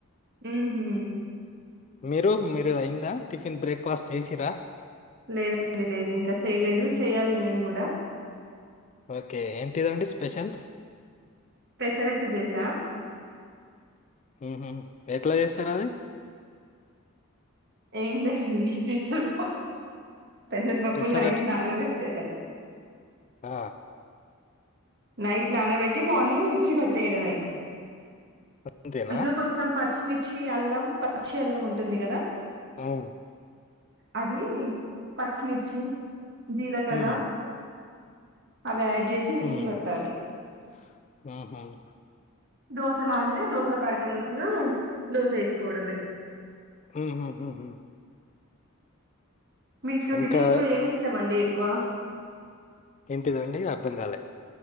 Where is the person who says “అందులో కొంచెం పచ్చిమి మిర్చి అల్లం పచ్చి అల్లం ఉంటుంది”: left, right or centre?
Right